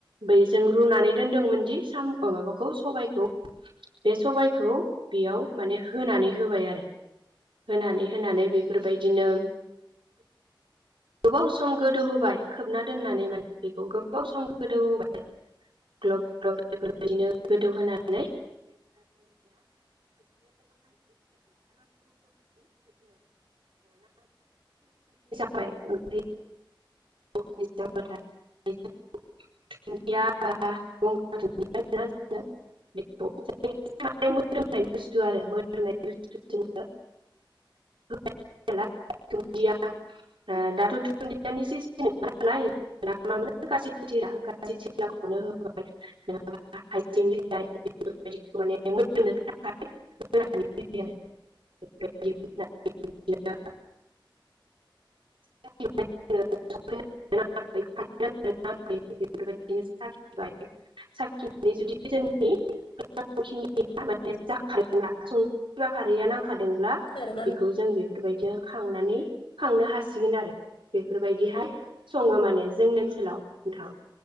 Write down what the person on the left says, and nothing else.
औ हेलौ खोनादोंना